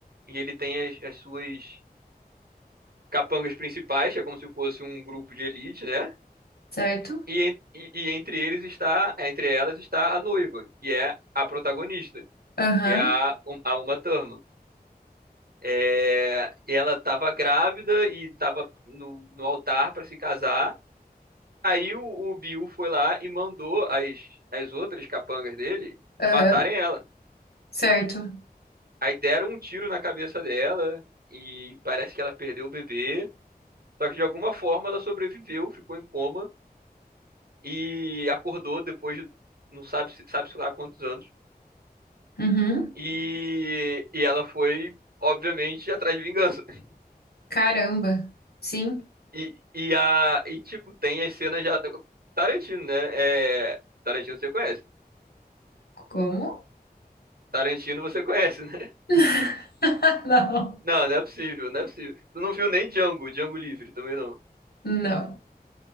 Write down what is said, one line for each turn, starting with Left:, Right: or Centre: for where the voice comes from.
Right: e ele tem as, as suas capangas principais, que é como se fosse um grupo de elite, né?
Left: Certo?
Right: E, en- e, e entre eles está, entre elas está a noiva, que é a protagonista,
Left: Aham.
Right: que é a, um, a Uma Thurman. É, ela estava grávida e estava no, no altar para se casar. Aí o, o Bill foi lá e mandou as, as outras capangas dele
Left: Aham.
Right: matarem ela.
Left: Certo.
Right: Aí deram um tiro na cabeça dela e parece que ela perdeu o bebê. Só que de alguma forma ela sobreviveu, ficou em coma e acordou depois de não sabe, se- sabe-se lá quantos anos.
Left: Uhum.
Right: E, e ela foi, obviamente, atrás de vingança. <laughs>
Left: Caramba. Sim.
Right: E, e, a, e tipo, tem as cenas já. Tarantino, né? É, Tarantino você conhece.
Left: Como?
Right: Tarantino você conhece, né?
Left: <laughs> Não.
Right: Não, não é possível, não é possível. Tu não viu nem Django, Django Livre também não.
Left: Não.